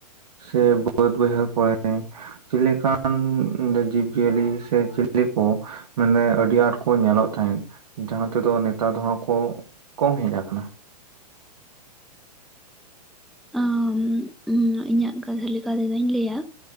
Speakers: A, on the right (about 65°); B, in the centre.
A: ᱥᱮ ᱵᱟᱹᱫᱽ ᱵᱟᱹᱭᱦᱟᱹᱲ ᱠᱚᱨᱮ? ᱪᱮᱫᱞᱮᱠᱟᱱ ᱡᱤᱵ ᱡᱤᱭᱟᱹᱞᱤ ᱥᱮ ᱪᱤᱞᱤ ᱠᱚ ᱢᱟᱱᱮ ᱟᱹᱰᱤ ᱟᱸᱴ ᱠᱚ ᱧᱮᱞᱚᱜ ᱛᱟᱦᱮᱸᱫ, ᱡᱟᱦᱟᱸ ᱛᱮᱫᱚ ᱱᱮᱛᱟᱨ ᱫᱚ ᱦᱟᱸᱜ ᱠᱚ, ᱠᱚᱢ ᱦᱮᱡ ᱟᱠᱟᱱᱟ ᱾
B: ᱚᱢ᱾ ᱚᱸ, ᱤᱧᱟᱹᱜ ᱠᱟᱛᱷᱟ ᱞᱮᱠᱟ ᱛᱮᱫᱚᱧ ᱞᱟᱹᱭᱟ